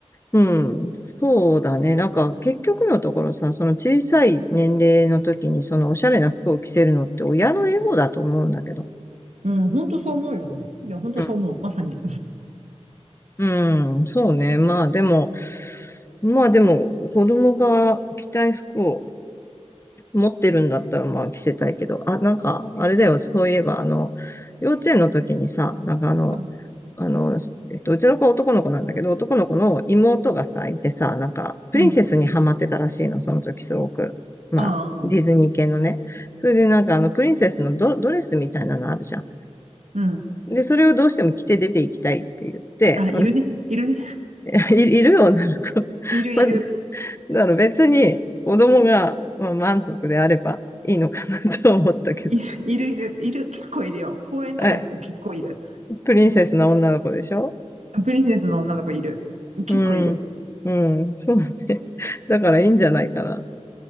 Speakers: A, on the left; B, on the right.
A: うん、そうだね。なんか、結局のところさ、その小さい年齢の時に、そのおしゃれな服を着せるのって親のエゴだと思うんだけど。
B: うん、ほんとそう思うよね。いや、ほんとそう思う。
A: うん、
B: まさに。
A: うん、そうね。まあでも、まあでも、子供が着たい服を持ってるんだったら、まあ着せたいけど、あ、なんか、あれだよ、そういえば、あの、幼稚園の時にさ、なんかあの、
B: うん、
A: あの、えっと、うちの子は男の子なんだけど、男の子の妹がさ、いてさ、なんか、プリンセスにハマってたらしいの、
B: うん、
A: その時すごく。まあ、
B: ああ、
A: ディズニー系のね。それでなんか、あの、プリンセスのド、ドレスみたいなのあるじゃん。
B: うん。
A: で、それをどうしても着て出ていきたいって言って、
B: あ、いるね。いるね。
A: <laughs> い、いる女の子。
B: いるいる。
A: <laughs> まあ、だから別に子供が、まあ、満足であればいいのかな <laughs> と思ったけど。
B: い、<laughs> いるいる、いる、結構いるよ。公園とか行くと結構いる。
A: え、プリンセスな女の子でしょ
B: プリンセスの女の子いる。結構いる。
A: うん。うん、そうね。だからいいんじゃないかな。